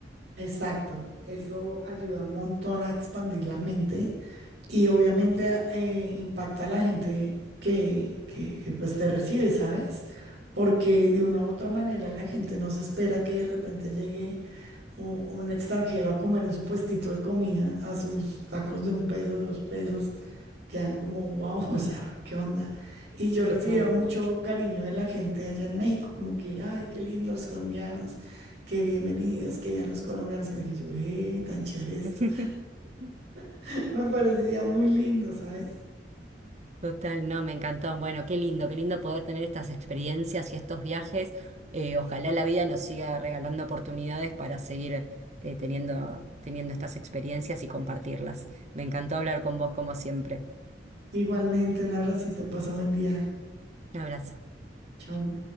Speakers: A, on the right (about 70°); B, on the right (about 40°).
A: Exacto, eso ayuda un montón a expandir la mente y obviamente eh, impacta a la gente que, que, que, pues te recibe, ¿sabes? Porque de una u otra manera la gente no se espera que de repente llegue un, un extranjero a comer en su puestito de comida, a sus tacos de un peso, de dos pesos, quedan como, wow, <laughs> o sea, ¿qué onda? Y yo recibía
B: Total.
A: mucho cariño de la gente allá en México, como que, ay, qué lindo los colombianos, qué bienvenidos, qué bien los colombianos, que me dije yo, eh, tan chévere esto.
B: <laughs>
A: <laughs> Me parecía muy lindo, ¿sabes?
B: Total, no, me encantó. Bueno, qué lindo, qué lindo poder tener estas experiencias y estos viajes. Eh, ojalá la vida nos siga regalando oportunidades para seguir eh, teniendo, teniendo estas experiencias y compartirlas. Me encantó hablar con vos como siempre.
A: Igualmente, un abracito, pasa buen día.
B: Un abrazo.
A: Chao.